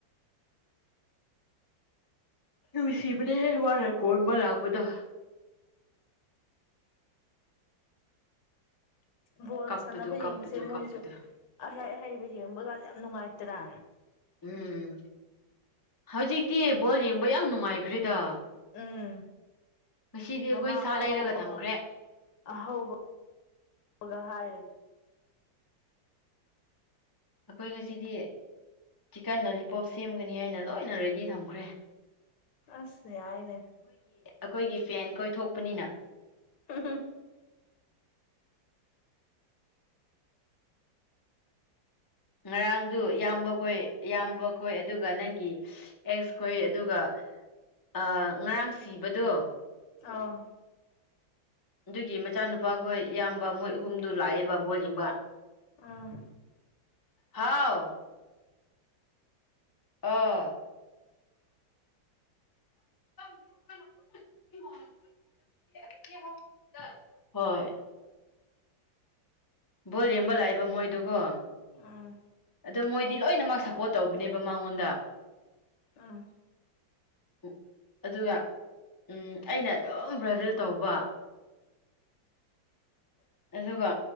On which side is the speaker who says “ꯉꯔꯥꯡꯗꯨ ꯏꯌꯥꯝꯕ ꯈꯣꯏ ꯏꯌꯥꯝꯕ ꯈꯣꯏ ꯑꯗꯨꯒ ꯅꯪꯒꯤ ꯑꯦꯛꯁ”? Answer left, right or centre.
Left